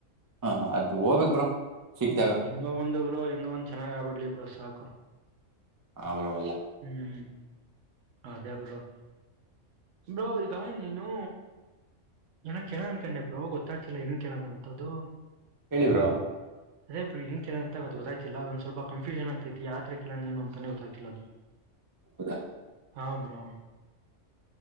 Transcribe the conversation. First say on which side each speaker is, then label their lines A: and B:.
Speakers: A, on the right; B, on the right.
A: ಹಾ ಅದು ಹೋಗ್ಬೇಕ್ ಬ್ರೊ ಸಿಕ್ದಾಗ.
B: ಹೆಂಗ ಒಂದ್ ಬ್ರೋ ಹೆಂಗೋ ಒಂದ್ ಚೆನ್ನಾಗ್ ಆಗ್ಬಿಡ್ಲಿ ಬ್ರೋ ಸಾಕು.
A: ಹಾ ಬ್ರೊ.
B: ಹ್ಮ್ ಅದೇ ಬ್ರೋ. ಬ್ರೋ ಈಗ ನೀನು ಏನೋ ಕೇಳೋ ಅನ್ಕೊಂಡೆ ಬ್ರೊ ಗೊತ್ತಾಗ್ತಿಲ್ಲ ಏನ್ ಕೇಳೋಣ ಅಂತ್ದದು.
A: ಹೇಳಿ ಬ್ರೋ.
B: ಅದೇರ ಇಂಗನ್ಗೆಲ ಅಂತ ಅದು ಗೊತ್ತಾಿಲ್ಲ ಒಂದ್ ಸ್ವಲ್ಪ ಕನ್ಫ್ಯೂಷನ್ ಪ್ರತಿ ಯಾತ್ರೆ ಕೇಳೋಣ ನು ಅಂತೇ ಗೊತ್ತಾಗ್ತಿಲ್ಲ ಅದು
A: <inaudible>
B: ಹಾ ಬ್ರೋ